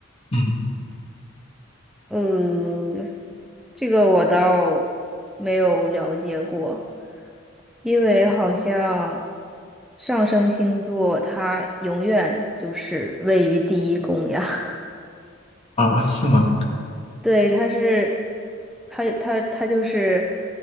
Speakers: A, on the left; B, in the centre.
A: 嗯，
B: 呃，这个我倒没有了解过，因为好像上升星座它永远就是位于第一宫呀。<laughs>
A: 哦是吗？
B: 对，他是，他他他就是，